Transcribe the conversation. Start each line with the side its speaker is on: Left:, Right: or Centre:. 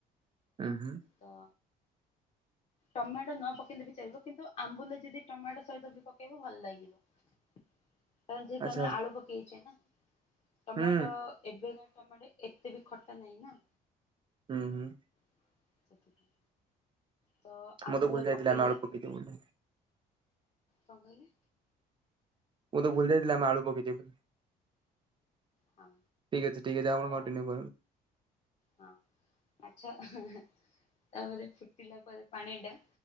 Right: ଉଁ ହୁଁ
Left: ତ ଟମାଟୋ ନ ପକେଇଲେ ବି ଚଳିବ। କିନ୍ତୁ ଆମ୍ବୁଲ ଯଦି ଟମାଟୋ ସହିତ ବି ପକେଇବ ଭଲ ଲାଗିବ। କାରଣ ଯେହେତୁ
Right: ଆଚ୍ଛା
Left: ଆଳୁ ପକେଇଚେ ନା, ଟମାଟୋ
Right: ହୁଁ
Left: ଏବେ କା ଟମାଟୋ ଏତେ ବି ଖଟା ନାହିଁ ନା।
Right: ହୁଁ ହୁଁ।
Left: <unintelligible> ତ ଆମ୍ବୁଲ
Right: ମୁଁ ତ ଭୁଲି ଯାଇଥିଲି
Left: ପକେଇଲା
Right: ଆମେ ଆଳୁ ପକେଇଚୁ ବୋଲି।
Left: କଣ କହିଲେ?
Right: ମୁଁ ତ ଭୁଲ ଯାଇଥିଲି ଆମେ ଆଳୁ ପକେଇଚୁ ବୋଲି।
Left: ହଁ
Right: ଠିକ୍ ଅଛି ଠିକ୍ ଅଛି ଆପଣ
Left: ତ
Right: କଣ୍ଟିିନ୍ୟୁ କରନ୍ତୁ।
Left: ହଁ। ଆଚ୍ଛା ତାପରେ ଫୁଟିଲା ପରେ ପାଣିଟା